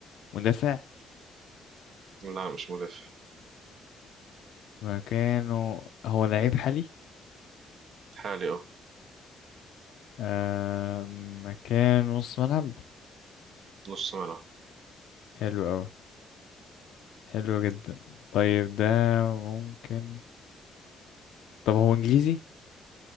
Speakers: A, on the left; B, on the right.
A: مدافع
B: لا مش مدافع
A: مكانه هو لعيب حالي
B: حالي اه
A: آه مكانه نص ملعب
B: نص ملعب
A: حلو أوي حلو جدا طيب ده ممكن طب هو انجليزي